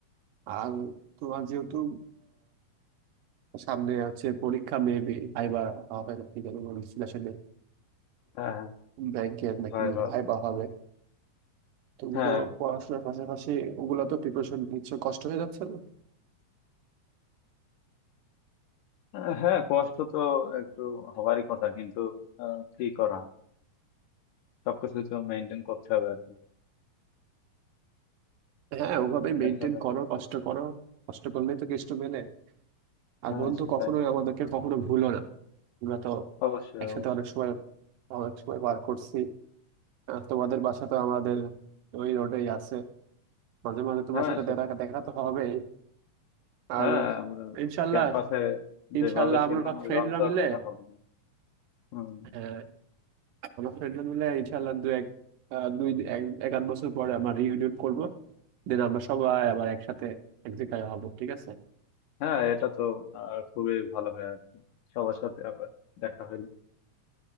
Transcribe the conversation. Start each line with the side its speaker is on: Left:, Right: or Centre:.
Right: আর তোমার যেহেতু সামনে হচ্ছে পরীক্ষা মেবি ভাইবা হবে নাকি জানি বলছিল আসলে
Left: হ্যাঁ হ্যাঁ
Right: ব্যাংকের নাকি
Left: ভাইবা
Right: ভাইবা
Left: আছে
Right: হবে তুমি
Left: হ্যাঁ
Right: তো পড়াশোনার পাশাপাশি ওগুলো তো প্রিপারেশন নিচ্ছ কষ্ট হয়ে যাচ্ছে না
Left: আহ, হ্যাঁ কষ্ট তো একটু হবারই কথা কিন্তু আহ, কি করা সবকিছু তো মেনটেন করতে হবে আর কি
Right: হ্যাঁ ওভাবে
Left: দেখা
Right: মেনটেন
Left: যাক
Right: করো কষ্ট করো কষ্ট করলেই তো কেষ্ট মেলে আর
Left: হ্যাঁ
Right: বন্ধু
Left: সেটাই
Right: কখনোই আমাদেরকে কখনো ভুলো না আমরা তো
Left: অবশ্যই
Right: একসাথে
Left: অবশ্যই
Right: অনেক সময় অনেক সময় পার করছি আর তোমাদের বাসা তো আমাদের ওই রোডেই আছে মাঝে মাঝে তোমার
Left: হ্যাঁ
Right: সাথে
Left: সেটাই
Right: দেখা দেখা তো হবেই
Left: হ্যাঁ
Right: আর
Left: আমরা
Right: ইনশাল্লাহ
Left: ক্যাম্পাসে যেভাবে
Right: ইনশাল্লাহ
Left: ছিলাম
Right: আমরা
Left: ওইভাবে
Right: ফ্রেন্ডরা
Left: তো
Right: মিলে
Left: আর দেখা হবে না হুম
Right: হ্যাঁ আমরা ফ্রেন্ডরা মিলে ইনশাল্লাহ দু এক আহ, দুই এক এক আধ বছর পরে আমরা রিউনিয়ন করব দেন আমরা সবাই আবার একসাথে এক জায়গায় হবো ঠিক আছে
Left: হ্যাঁ এটা তো আর খুবই ভালো হয় আর কি সবার সাথে আবার দেখা হইলো